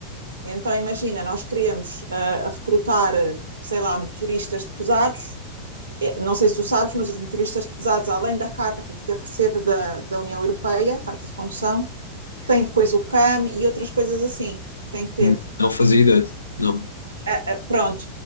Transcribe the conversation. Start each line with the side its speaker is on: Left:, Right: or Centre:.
Right: Então, imagina, nós queríamos uh, recrutar, sei lá, motoristas de pesados. Eh, Não sei se tu sabes, mas os motoristas de pesados, além da carta de ter que ser da, da União Europeia, carta de condução, têm depois o CAM e outras coisas assim que têm que ter.
Left: Hum, Não fazia ideia. Não. Ou
Right: ah, ah, pronto,